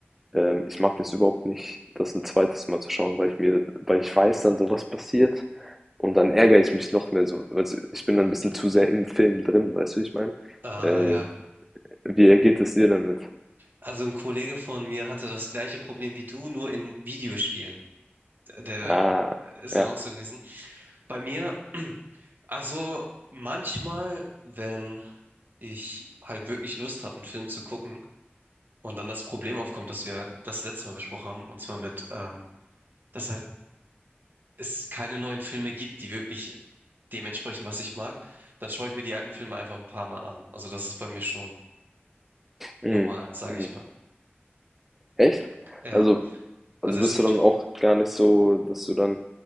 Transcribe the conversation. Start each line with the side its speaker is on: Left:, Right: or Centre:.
Centre: Ähm, ich mag das überhaupt nicht, das ein zweites Mal zu schauen, weil ich mir, weil ich weiß dann, so was passiert und dann ärgere ich mich noch mehr so. Weißt du, ich bin dann ein bisschen zu sehr im Film drin, weißt du, wie ich meine?
Right: Ah,
Centre: Äh,
Right: ja.
Centre: wie geht es dir damit?
Right: Also ein Kollege von mir hatte das gleiche Problem wie du, nur in Videospielen. der
Centre: Ah,
Right: äh, ist
Centre: ja.
Right: dann auch so gewesen. Bei mir, <clears throat> also manchmal, wenn ich halt wirklich Lust habe, einen Film zu gucken und dann das Problem aufkommt, dass wir das letzte Mal besprochen haben, und zwar mit, ähm, dass halt es keine neuen Filme gibt, die wirklich dementsprechend, was ich mag, dann schaue ich mir die alten Filme einfach ein paar Mal an. Also das ist bei mir schon
Centre: Mhm.
Right: normal, sage
Centre: Mhm.
Right: ich mal.
Centre: Echt?
Right: Ja,
Centre: Also, also
Right: also es
Centre: bist
Right: gibt,
Centre: du dann auch gar nicht so, dass du dann